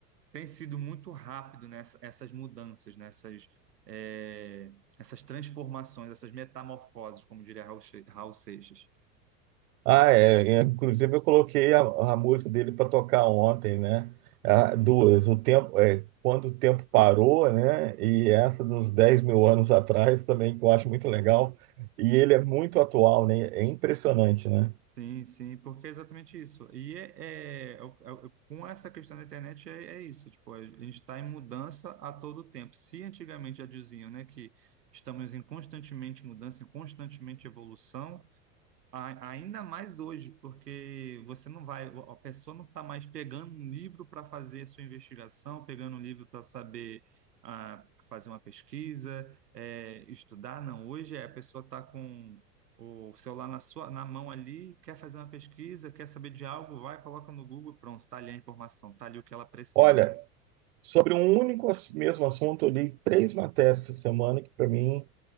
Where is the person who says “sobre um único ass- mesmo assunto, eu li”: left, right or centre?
Right